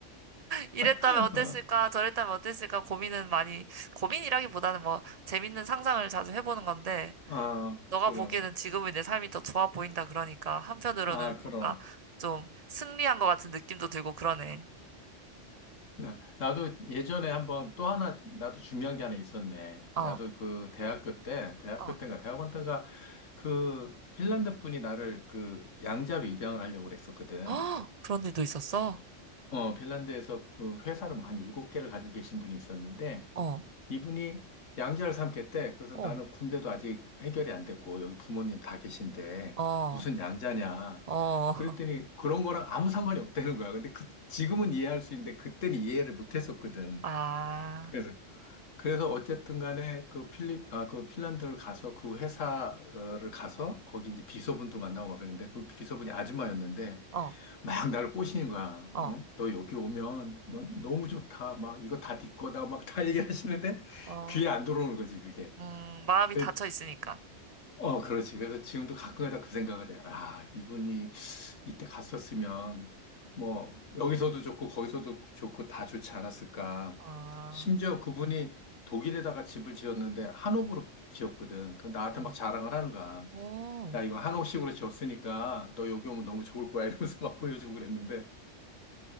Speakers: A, on the right; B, on the left.
A: 이랬다면
B: <laughs>
A: 어땠을까?
B: 어,
A: 저랬다면 어땠을까? 고민은 많이 고민이라기보다는 뭐 재밌는 상상을 자주 해보는 건데
B: 아,
A: 너가
B: 그럼.
A: 보기에는 지금의 내 삶이 더 좋아 보인다 그러니까 한편으로는
B: 아, 그럼.
A: 뭔가 좀 승리한 것 같은 느낌도 들고 그러네.
B: 나- 나도 예전에 한번 또 하나, 나도 중요한 게 하나 있었네.
A: 어,
B: 나도 그 대학교 때, 대학교
A: 어,
B: 때인가, 대학원 때인가, 그 핀란드 분이 나를 그 양자로 입양을 하려고 그랬었거든.
A: 어, 그런 일도 있었어?
B: 어, 핀란드에서 그 회사를 한 일곱 개를 가지고 계신 분이 있었는데,
A: 어,
B: 이분이 양자를 삼겠대. 그래서
A: 어,
B: 나는 군대도 아직 해결이 안 됐고, 여기 부모님 다 계신데,
A: 어,
B: 무슨 양자냐.
A: 어,
B: 그랬더니
A: <laughs>
B: 그런 거랑 아무 상관이 없다는 거야. 근데 그- 지금은 이해할 수 있는데, 그때는 이해를 못 했었거든.
A: 아,
B: 그래서 그래서 어쨌든 간에 그 필립, 아, 그 핀란드를 가서 그 회사를 가서 거기 이제 비서분도 만나고 막 그랬는데 그 비서분이 아줌마였는데
A: 어,
B: 막 나를 꼬시는 거야.
A: 어,
B: 어? 너 여기 오면 뭐 너무 좋다. 막 이거 다 네 거다. 막 다 얘기하시는데
A: 어,
B: 귀에 안 들어오는 거지, 그게.
A: 음, 마음이
B: 그
A: 닫혀 있으니까.
B: 어, 그렇지. 그래서 지금도 가끔가다 그 생각을 해. 아, 이분이 이때 갔었으면, 뭐, 여기서도 좋고, 거기서도 좋고, 다 좋지 않았을까.
A: 아,
B: 심지어 그분이 독일에다가 집을 지었는데, 한옥으로 지었거든. 그 나한테
A: 어,
B: 막 자랑을 하는 거야.
A: 어,
B: 야, 이거 한옥식으로 지었으니까, 너 여기 오면 너무 좋을 거야. 이러면서 <laughs> 막 보여주고 그랬는데,